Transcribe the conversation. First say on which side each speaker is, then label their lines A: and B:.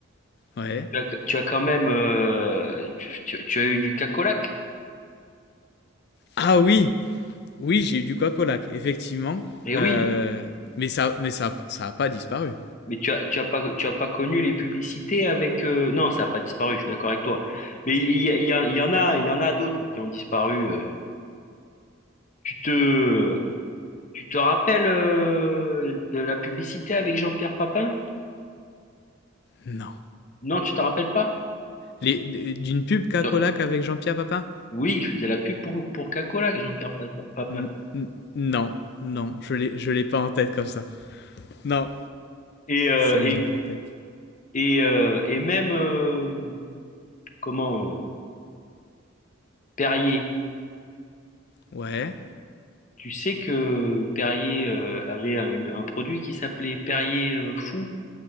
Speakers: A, on the left; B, on the left.
A: Ouais.
B: Tu as, tu as quand même euh, tu, tu- tu as eu du cacolac?
A: Ah oui! Oui, j'ai eu du coq au lac, effectivement,
B: Eh oui.
A: heu, mais ça mais ça ça a pas disparu.
B: Mais tu as, tu as pas, tu as pas connu les publicités avec... euh, Non, ça n'a pas disparu, je suis d'accord avec toi. Mais il y, a- il y, a- il y en a, il y en a d'autres qui ont disparu. euh. Tu te, tu te rappelles euh, de la publicité avec Jean-Pierre Papin?
A: Non.
B: Non, tu te rappelles pas?
A: Les d'une pub Cacolac
B: Genre,
A: avec Jean-Pierre Papin?
B: Oui, il faisait la pub pour, pour Coca-Cola, Jean-Pierre Pa- Pa- Papin.
A: N n non, non, je l'ai je l'ai pas en tête comme ça. Non,
B: Et, euh,
A: ça me
B: et,
A: vient pas en tête.
B: et, euh, et même, euh, comment, euh, Perrier.
A: Ouais.
B: Tu sais que Perrier euh, avait un, une- un produit qui s'appelait Perrier euh, Fou,